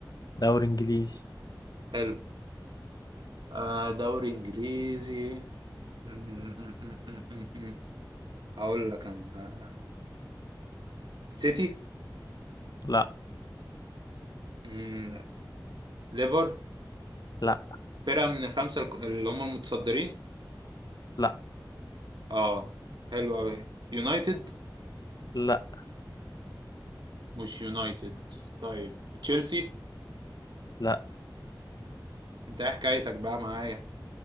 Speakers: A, on the left; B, on the right.
A: دوري انجليزي
B: حلو آه دوري انجليزي م- م- م- م- م- م. هقول لك انا آه، سيتي
A: لا
B: م، لا. ليفر
A: لا
B: فرقة من الخمسة الك- اللي هم المتصدرين
A: لا
B: اه حلو قوي يونايتد
A: لا
B: مش يونايتد طيب تشيلسي
A: لا
B: انت ايه حكايتك بقى معايا